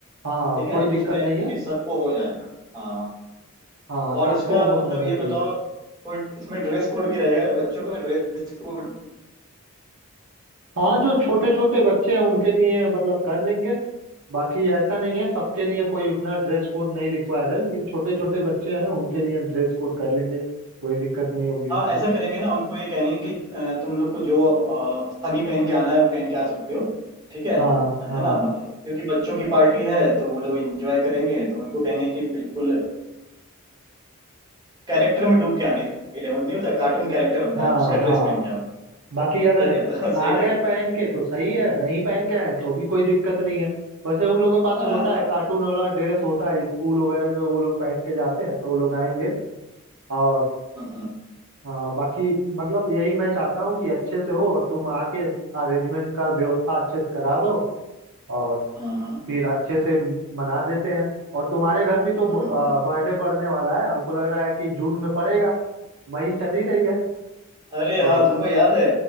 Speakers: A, on the right; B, on the right.
A: हाँ
B: ठीक है
A: कोई दिक्कत
B: उसमें
A: नहीं है
B: कि सबको हो जाएगा हाँ
A: हाँ
B: और
A: सबको
B: इसका
A: हो
B: मतलब
A: जाना
B: ये
A: चाहिए
B: बताओ कोई इसमें ड्रेस कोड भी रहेगा बच्चों का ड्रेस कोड
A: हाँ जो छोटे छोटे बच्चे हैं उनके लिए मतलब कर लेंगे बाकी ऐसा नहीं है सबके लिए कोई उतना ड्रेस कोड नहीं रिक्वायर है लेकिन छोटे छोटे बच्चे हैं उनके लिए ड्रेस कोड कर लेंगे कोई दिक्कत नहीं होगी
B: हाँ
A: उसमें
B: ऐसा करेंगे ना उनको ये कहेंगे कि अ, तुम लोग को जो फनी पहन के आना है वो पहन के आ सकते हो ठीक है है
A: हाँ हाँ
B: ना मतलब क्योंकि बच्चों की पार्टी है तो वो लोग एंजॉय करेंगे तो उनको कहेंगे कि बिल्कुल कैरेक्टर में डूब के आने के लिए मतलब नहीं होता कार्टून कैरेक्टर होता
A: हाँ
B: है उसका
A: हाँ
B: ड्रेस पहन के आओ
A: बाकी
B: क्या
A: अगर
B: कहते हो <laughs> सही
A: आ
B: रहेगा
A: गए
B: ना
A: पहन के तो सही है नहीं पहन के आए तो भी कोई दिक्कत नहीं है वैसे उन लोगों के पास
B: हाँ
A: होता
B: हाँ
A: है कार्टून वाला ड्रेस होता है स्कूल वगैरह में वो लोग पहन के जाते हैं तो वो लोग आएंगे और
B: हाँ हाँ
A: हाँ बाकी मतलब यही मैं चाहता हूँ कि अच्छे से हो और तुम आके अरेंजमेंट का व्यवस्था अच्छे से करा दो और
B: हाँ हाँ, हाँ,
A: फिर अच्छे से म- मना देते हैं और तुम्हारे घर भी तो
B: हाँ। हाँ।
A: बर्थडे पड़ने वाला है हमको लग रहा है कि जून में पड़ेगा मई चल ही रही है
B: अरे
A: तो
B: हाँ तुमको याद है